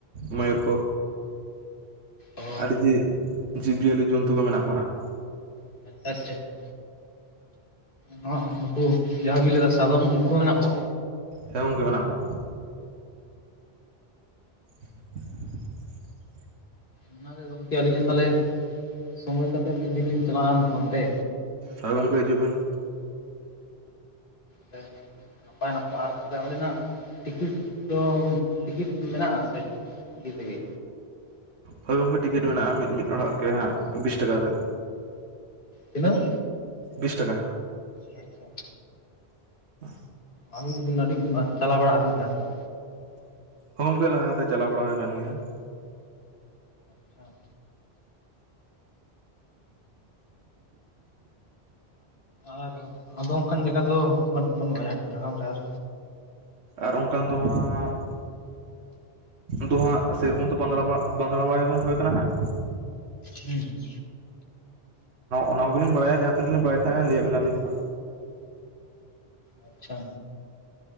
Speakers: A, on the right (about 90°); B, on the left (about 55°).
A: ᱢᱚᱭᱩᱨ ᱠᱚ
B: ᱚ
A: ᱟᱹᱰᱤ ᱡᱮ ᱡᱤᱵᱽᱼᱡᱤᱭᱟᱹᱞᱤ ᱡᱚᱱᱛᱩ ᱠᱚ ᱢᱮᱱᱟᱜ ᱠᱚᱣᱟ ᱦᱟᱸᱜ
B: <unintelligible> ᱱᱚᱣᱟ ᱱᱩᱠᱩ ᱡᱟᱦᱟᱸ ᱵᱤᱱ ᱞᱟᱹᱭᱟ ᱫᱟ ᱥᱟᱫᱚᱢ ᱠᱩ ᱦᱚᱸ ᱢᱮᱱᱟᱜ ᱠᱚᱣᱟ
A: ᱦᱮᱸ ᱜᱚᱢᱠᱮ ᱢᱮᱱᱟᱜ ᱠᱚᱣᱟ <inaudible>
B: ᱚᱱᱟᱜᱮ ᱜᱚᱢᱠᱮ ᱟᱹᱞᱤᱧ ᱫᱚ ᱛᱟᱦᱚᱞᱮ ᱥᱚᱢᱚᱭ ᱠᱟᱛᱮ ᱢᱤᱫ ᱫᱤᱱ ᱞᱤᱧ ᱪᱟᱞᱟᱜᱼᱟ ᱚᱱᱛᱮ
A: ᱦᱚᱭ ᱜᱚᱢᱠᱮ ᱦᱤᱡᱩᱜ ᱵᱤᱱ
B: ᱛᱟᱦ ᱱᱟᱯᱟᱭ ᱱᱟᱯᱟᱭ ᱟᱨ ᱛᱟᱦᱚᱞᱮ ᱚᱸᱰᱮᱱᱟᱜ ᱴᱤᱠᱤᱴ ᱫᱚ ᱴᱤᱠᱤᱴ ᱢᱮᱱᱟᱜᱼᱟ ᱥᱮ ᱤᱭᱟᱹ ᱛᱮᱜᱮ
A: ᱦᱳᱭ ᱜᱚᱝᱠᱮ ᱴᱤᱠᱤᱴ ᱢᱮᱱᱟᱜᱼᱟ ᱢᱤᱫᱼᱢᱤᱫ ᱦᱚᱲᱟᱜ ᱜᱮ ᱦᱟᱸᱜ ᱵᱤᱥ ᱴᱟᱠᱟ ᱠᱟᱛᱮᱫ
B: ᱛᱤᱱᱟᱹᱜ
A: ᱵᱤᱥ ᱴᱟᱠᱟ
B: ᱟᱪᱪᱷᱟ
A: <inaudible>
B: ᱟᱹᱵᱤᱱ ᱫᱚᱵᱤᱱ ᱟᱹᱰᱤ ᱪᱟᱞᱟᱣ ᱵᱟᱲᱟ ᱟᱠᱟᱱ ᱜᱮᱭᱟ ᱚᱸᱰᱮ ᱫᱚ
A: ᱦᱚᱸ ᱜᱚᱢᱠᱮ ᱞᱟᱦᱟᱛᱮ ᱪᱟᱞᱟᱣ ᱵᱟᱲᱟ ᱦᱩᱭ ᱟᱠᱟᱱ ᱜᱮᱭᱟ
B: ᱟᱪᱪᱷᱟ ᱟᱨ ᱟᱫᱚ ᱚᱱᱠᱟᱱ ᱡᱟᱭᱜᱟ ᱫᱚ ᱵᱟᱹᱱᱩᱜᱼᱟ ᱡᱷᱟᱲᱜᱽᱨᱟᱢ ᱨᱮ ᱟᱨ
A: ᱟᱨ ᱚᱱᱠᱟᱱ ᱫᱚ ᱦᱟᱸᱻ ᱫᱚ ᱦᱟᱸᱜ ᱥᱮᱭᱨᱚᱠᱚᱢ ᱫᱚ ᱯᱟᱸ ᱵᱟᱸᱫᱽᱲᱟ ᱵᱟᱲ ᱦᱩᱭ ᱠᱟᱱᱟ ᱦᱟᱸᱜ
B: ᱦᱩᱸ
A: ᱚᱱᱟ ᱠᱚᱞᱤᱧ ᱵᱟᱰᱟᱭᱟ ᱡᱟᱦᱟᱸ ᱛᱤᱱᱟᱹᱜ ᱞᱤᱧ ᱵᱟᱰᱟᱭ ᱛᱟᱦᱮᱸ ᱞᱟᱹᱭᱟᱫ ᱵᱮᱤᱱᱟ ᱞᱤᱧᱝ
B: ᱟᱪᱷᱟ